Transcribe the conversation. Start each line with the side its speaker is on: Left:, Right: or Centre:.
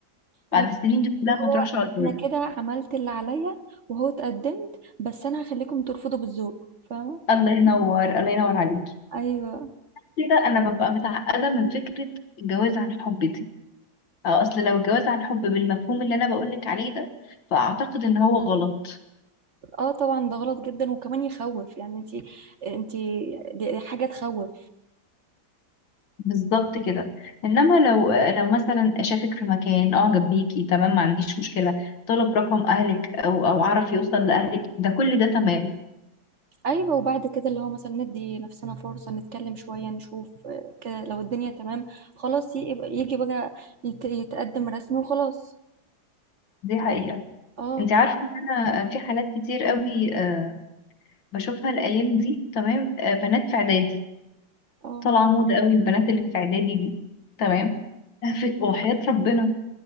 Left: بعد
Right: ايوه
Left: السنين دي كلها
Right: ده هو
Left: ما تروحش على الفاضي
Right: انا كده عملت اللي عليا وهو اتقدمت بس انا هخليكم ترفضوا بالذوق فاهمة
Left: الله ينور الله ينور عليكي
Right: ايوه
Left: كده انا ببقى متعقدة من فكرة الجواز عن حب دي أه، اصل لو الجواز عن حب بالمفهوم اللي انا بقولك عليه ده فاعتقد ان هو غلط
Right: اه طبعا ده غلط جدا وكمان يخوف يعني انتي انتي دي دي حاجة تخوف
Left: بالظبط كده انما لو لو مثلا شافك في مكان اعجب بيكي تمام ما عنديش مشكله طلب رقم اهلك او او عرف يوصل لاهلك ده كل ده تمام
Right: ايوه وبعد كده اللي هو مثلا ندي نفسنا فرصة نتكلم شوية نشوف آه، كده لو الدنيا تمام خلاص يبقى- يجي بقى يت- يتقدم رسمي وخلاص
Left: دي حقيقة
Right: اه
Left: انت عارفه ان انا في حالات كتير قوي آه، بشوفها الايام دي تمام آه، بنات في اعدادي
Right: اه
Left: طالعه موضه قوي البنات اللي في اعدادي دي تمام <laughs> ف- وحياه ربنا